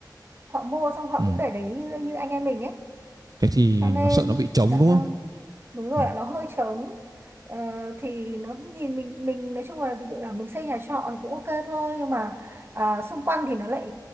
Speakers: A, on the right (about 30°); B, on the right (about 55°).
A: Họ mua xong họ
B: Ừ.
A: cũng để đấy như như anh em mình ấy
B: Thế thì
A: cho nên
B: nó sợ nó bị trống
A: dạ
B: đúng không?
A: vâng đúng rồi
B: Ừ.
A: ạ nó hơi trống ờ, thì nó cũng nhìn mình mình nói chung là ví dụ là mình xây nhà trọ thì cũng ok thôi nhưng mà à, xung quanh thì nó lại